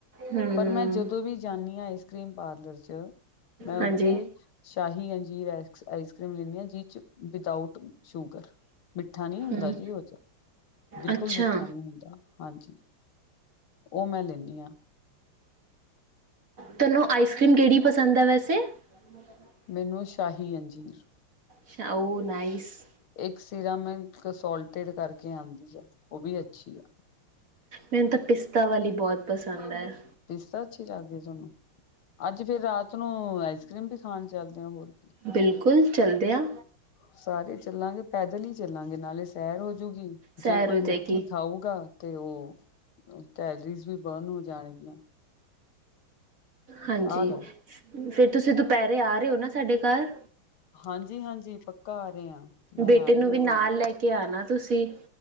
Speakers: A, on the right; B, on the left.
A: ਹਮ
B: ਪਰ ਮੈਂ ਜਦੋਂ ਵੀ ਜਾਨੀ ਆ ਆਈਸ ਕਰੀਮ ਪਾਰਲਰ ਚ ਮੈਂ ਓਥੇ
A: ਹਾਂਜੀ
B: Shahi N G X ice cream ਲਿਣੇ ਆ ਜਿਦ ਚ ਵਿਦਾਊਟ ਸ਼ੂਗਰ ਮਿੱਠਾ ਨੀ ਹੁੰਦਾ
A: ਹਮ
B: ਜੀ ਉਹ ਚ, ਬਿਲਕੁਲ
A: ਅੱਛਾ
B: ਮਿੱਠਾ ਨੀ ਹੁੰਦਾ। ਹਾਂਜੀ, ਉਹ ਮੈਂ ਲੈਂਣੀ ਆਂ।
A: ਤੁਵਾਨੂੰ ਆਈਸਕ੍ਰੀਮ ਕੇੜੀ ਪਸੰਦ ਆ ਵੈਸੇ? <inaudible>
B: ਮੈਨੂੰ ਸ਼ਾਹੀ ਅੰਜੀਰ।
A: So nice.
B: ਇੱਕ ਸਿਰਮ <unintelligible> ਕਰਕੇ ਆਂਦੀ ਆ ਉਹ ਵੀ ਅੱਛੀ ਆ।
A: ਮੈਨੂੰ ਤਾਂ ਪਿਸਤਾ ਵਾਲੀ ਬਹੁਤ ਪਸੰਦ ਹੈ।
B: ਪਿਸਤਾ ਅੱਛੀ ਲੱਗਦੀ ਤੁਵਾਨੂੰ ਅੱਜ ਫੇਰ ਰਾਤ ਨੂੰ ਆਈਸ ਕਰ੍ਰੀਮ ਈ ਖਾਣ ਚੱਲਦੇ ਆ ਹੋਰ ਕੀ।
A: ਬਿਲਕੁਲ ਚਲਦੇ ਆ।
B: ਸਾਰੇ ਚੱਲਾਂਗੇ ਪੈਦਲ ਈ ਚੱਲਾਂਗੇ ਨਾਲੇ ਸੈਰ ਹੋਜੂਗੀ
A: ਸੈਰ
B: ਜੇ ਕੋਈ
A: ਹੋ ਜਾਏਗੀ
B: ਮਿੱਠੀ ਖਾਊਗਾ ਤੇ ਉਹ ਕੈਲਰੀਜ਼ ਵੀ ਬਰਨ ਹੋ ਜਾਣ ਗੀਆਂ।
A: ਹਾਂਜੀ,
B: ਆਹ ਗੱਲ
A: ਫਿਰ ਤੁਸੀਂ ਦੁਪਹਿਰੇ ਆ ਰਹੇ ਹੋ ਨਾ ਸਾਡੇ ਘਰ?
B: ਹਾਂਜੀ ਹਾਂਜੀ ਪੱਕਾ ਆ ਰਹੇ ਆ ਮੈਂ
A: ਬੇਟੇ
B: ਆ ਰਹੀ
A: ਨੂੰ
B: ਹਾਂ
A: ਵੀ
B: ਤੁਹਾਡੇ
A: ਨਾਲ ਲੈ ਕੇ ਆਣਾ ਤੁਸੀਂ।